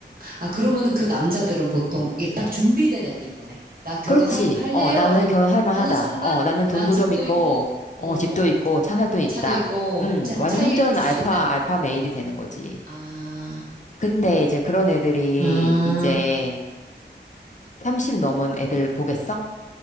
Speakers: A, on the right (about 50°); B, on the left (about 40°).
A: 아, 그러면은 그 남자들은 보통 이게 딱 준비된 애들인 거네. 나 결혼할래요?
B: 그렇지. 어, 나는
A: 하니까,
B: 결혼할
A: 한-
B: 만하다.
A: 하는 순간,
B: 어, 나는 돈도
A: 나 집도
B: 좀 있고,
A: 있고, 어,
B: 어,
A: 어,
B: 집도 있고, 차 살 돈 있다.
A: 차도 있고,
B: 음,
A: 자,
B: 완전
A: 차이리도 줄
B: 알파,
A: 수 있다.
B: 알파 메일이 되는 거지.
A: 아,
B: 근데 이제 그런 애들이
A: 아,
B: 이제 30 넘은 애들 보겠어?